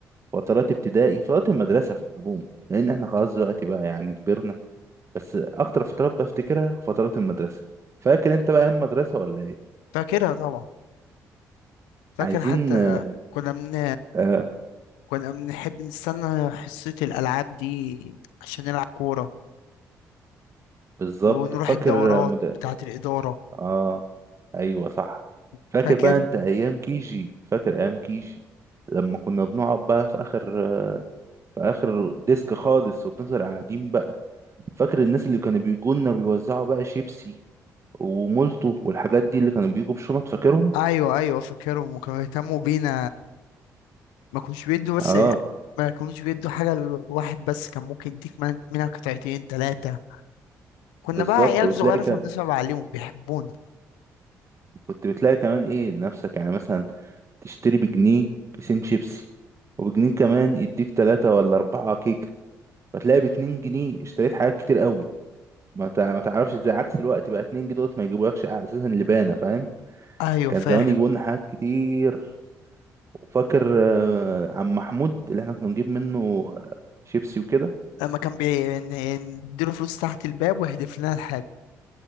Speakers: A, on the right; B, on the left.
A: فترات ابتدائي فترات المدرسه في العموم لان احنا خلاص دلوقتي بقى يعني كبرنا بس اكتر فترات بفتكرها فترات المدرسه فاكر انت بقى ايام المدرسه ولا ايه
B: فاكرها طبعا فاكر
A: عايزين
B: حتى آه،
A: آه
B: كنا من
A: آه
B: كنا بنحب نستنى حصه الالعاب دي عشان نلعب كوره
A: بالظبط
B: ونروح
A: فاكر
B: الدورات
A: مد...
B: بتاعه الاداره
A: اه ايوه صح فاكر
B: فاكر
A: بقى انت ايام كيجي فاكر ايام كيجي لما كنا بنقعد بقى في اخر في اخر ديسك خالص وبنفضل قاعدين بقى فاكر الناس اللي كانوا بيجوا لنا ويوزعوا بقى شيبسي ومولتو والحاجات دي اللي كانوا بيجوا بشنط فاكرهم
B: ايوه ايوه فاكرهم وكانوا يهتموا بينا ما كانوش بيدوا بس
A: اه
B: ما كانوش بيدوا حاجة لواحد بس كان ممكن يديك من- منها قطعتين تلاتة كنا
A: بالظبط
B: بقى عيال
A: وتلاقي
B: صغيرة
A: ك...
B: فبنصعب عليهم بيحبونا
A: كنت بتلاقي كمان ايه نفسك يعني مثلا تشتري بجنيه كيسين شيبسي وبجنيه كمان يديك تلاتة ولا أربعة كيكة فتلاقي باتنين جنيه اشتريت حاجات كتير قوي ما تع- ما تعرفش ازاي عكس الوقت بقى اتنين جنيه دوت ما يجيبولكش اساسا لبانة فاهم
B: أيوه
A: كان
B: فاهم
A: زمان يجيبوا لنا حاجات كتير وفاكر آه، عم محمود اللي احنا كنا بنجيب منه آه، شيبسي وكده
B: لما كان بي- ن- نديله فلوس تحت الباب ويحدف لنا الحاجة